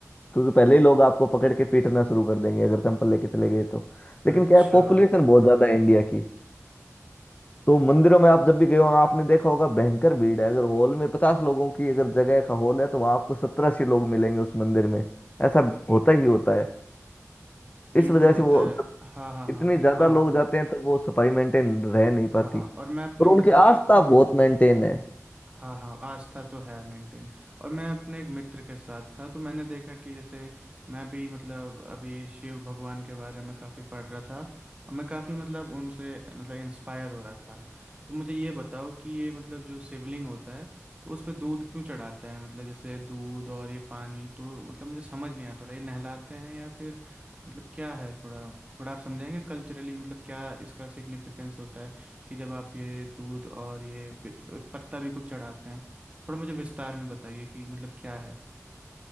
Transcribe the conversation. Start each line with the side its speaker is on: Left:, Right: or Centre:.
Left: क्योंकि पहले ही लोग आपको पकड़ के पीटना शुरू कर देंगे अगर चंपल लेके चले गए तो लेकिन
Right: अच्छा
Left: क्या है पॉपुलेशन बहुत ज्यादा है इंडिया की तो मंदिरों में आप जब भी गए हो आपने देखा होगा भयंकर भीड़ है अगर हॉल में पचास लोगों की अगर जगह का हॉल है तो वहां आपको सत्रह अस्सी लोग मिलेंगे उस मंदिर में ऐसा होता ही होता है
Right: बिल्कुल
Left: इस वजह
Right: होता
Left: से वो
Right: है
Left: जब
Right: हाँ हाँ
Left: इतने
Right: हाँ
Left: ज्यादा
Right: और
Left: लोग जाते हैं तो वो सफाई मेंटेन रह नहीं
Right: हाँ
Left: पाती
Right: हाँ और मैं अपने
Left: और
Right: मित्र
Left: उनकी आस्था बहुत मेंटेन है
Right: हाँ हाँ आस्था तो है मेंटेन और मैं अपने एक मित्र के साथ था तो मैंने देखा कि जैसे मैं भी मतलब अभी शिव भगवान के बारे में काफ़ी पढ़ रहा था और मैं काफ़ी मतलब उनसे मतलब इंस्पायर हो रहा था तो मुझे ये बताओ कि ये मतलब जो शिवलिंग होता है तो उस पर दूध क्यों चढ़ाते हैं मतलब जैसे दूध और ये पानी तो मतलब मुझे समझ नहीं आया थोड़ा ये नहलाते हैं या फिर मतलब क्या है थोड़ा थोड़ा आप समझाएंगे कल्चरली मतलब क्या इसका सिग्निफिकेंस होता है कि जब आप ये दूध और ये प- पत्ता भी कुछ चढ़ाते हैं थोड़ा मुझे विस्तार में बताइए कि मतलब क्या है